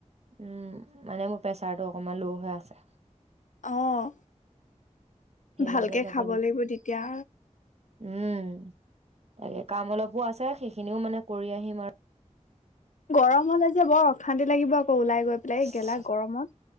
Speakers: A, on the right; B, on the left.
A: উম, মানে মোৰ প্ৰেচাৰটো অকমান লৌ হৈ আছে।
B: অঁ,
A: সেইবাবে
B: ভালকে
A: যাব
B: খাব লাগিব তেতিয়া।
A: উম। তাকে কাম অলপো আছে, সেইখিনিও মানে কৰি আহিম আ
B: গৰম হলে যে বৰ অশান্তি লাগিব আকৌ ওলাই গৈ
A: আৰু
B: পেলাই এই গেলা গৰমত।